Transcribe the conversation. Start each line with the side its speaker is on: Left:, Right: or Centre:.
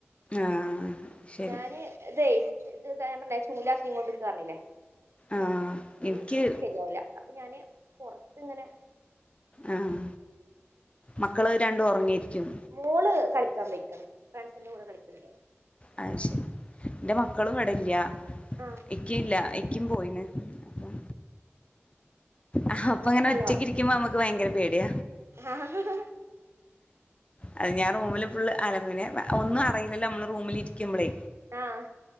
Left: ആഹ് ശരി
Right: ഞാന് ഇതെയ്. ഇത് ഞാൻ പറഞ്ഞിലെ. ചൂലാകീങ്ങൊണ്ടിക്കാ പർഞ്ഞിലെ.
Left: ആഹ്
Right: ഉള്ള്
Left: എനിക്ക്
Right: കേറ്റ്യാ ശെര്യാവൂല. അപ്പൊ ഞാന് പൊർത്ത്ങ്ങനെ.
Left: ആഹ് മക്കള് രണ്ടും ഒർങ്ങ്യേര്ക്ക്യും.
Right: മോള് കളിക്കാൻ പോയ്‌ക്ക്ണ്. ഫ്രണ്ട്സിന്റെ കൂടെ കളിക്ക്ണ്ടൗടെ.
Left: അഹ് ശെരി ഇന്റെ മക്കളു ഇവടെല്ല.
Right: ആഹ്
Left: ഇക്കീല്ല ഇക്കീം പോയീണ് അപ്പം ആഹ് അപ്പ
Right: ഓന്
Left: ഇങ്ങനെ
Right: നല്ല
Left: ഒറ്റക്കിരിക്കുമ്പം അമ്മക്ക് ഭയങ്കര പേട്യ.
Right: ഒറക്കാ
Left: അത് ഞാൻ റൂമില് ഫുള് അല പിന്നെ ഒന്നും അറീലല്ലോ അമ്മള് റൂമിലിരിക്കുമ്പളെ.
Right: ആഹ്